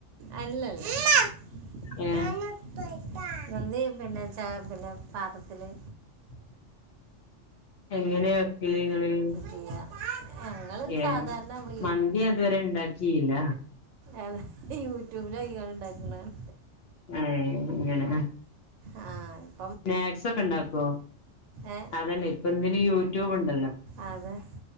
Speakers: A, on the right; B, on the left.
A: അല്ലല്ലാ
B: ഏ
A: മ്മാ നാനു മന്തീപിന്നെ ച പിന്നെ പാത്രത്തില്
B: <inaudible> എങ്ങനെ വെക്കല് നിങ്ങള്
A: ചെയ ഞങ്ങൾ
B: ഏ
A: സാധാരണ നമ്മൾ
B: മന്തി ഞാൻ ഇതുവരെ ഉണ്ടാക്കിയില്ല
A: ഏ ത് യൂട്യൂബിലോകികാണ്ട്ണ്ടാക്ക് ണാണ്
B: ഏയ് ഇങ്ങനെ അ
A: ആ യ്
B: സ്നാക്സൊക്കെ ണ്ടാക്കോ?
A: ഏ
B: അതല്ലെ പ്പൊ ന്തിനും യൂട്യൂബ് ണ്ടല്ലോ
A: അതെഹ്